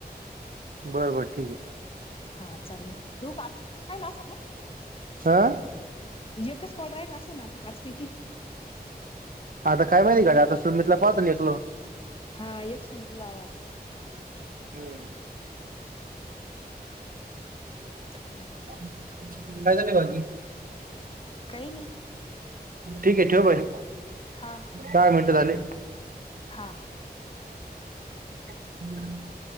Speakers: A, on the right; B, on the left.
A: बरं बरं ठीके.
B: हा चालंल, येवू का आत्ता, काला असंल ना.
A: <inaudible>
B: एकच कॉल राहिला असंल ना आता पाचपैकी?
A: आता काय माहिती गड्या, आता सुमितला पाहतो एक लावून.
B: हा एक सुमितला लाव आता.
A: <unintelligible>
B: आता
A: <unintelligible> काय चाललंय बाकी?
B: काही नाही
A: ठीके ठेव <unintelligible>
B: हा.
A: दहा मिनटं झाले.
B: हा.
A: <inaudible>